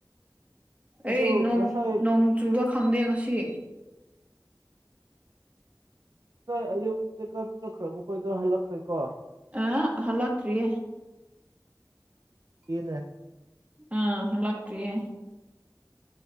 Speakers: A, on the right (about 55°); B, on the right (about 20°).
A: ꯑꯗꯨ
B: ꯑꯩ
A: ꯉꯁꯥꯏ
B: ꯅꯣꯡ ꯆꯨꯕ ꯈꯪꯗꯦ ꯉꯁꯤ
A: ꯁꯥꯏ ꯑꯌꯨꯛ ꯆꯦꯛꯑꯞ ꯆꯠꯈ꯭ꯔꯕ ꯈꯣꯏꯗ ꯍꯜꯂꯛꯈ꯭ꯔꯦꯀꯣ
B: ꯑ ꯍꯜꯂꯈ꯭ꯔꯤ
A: ꯏꯅꯦ
B: ꯑꯥ ꯍꯜꯂꯥꯛꯇ꯭ꯔꯤꯌꯦ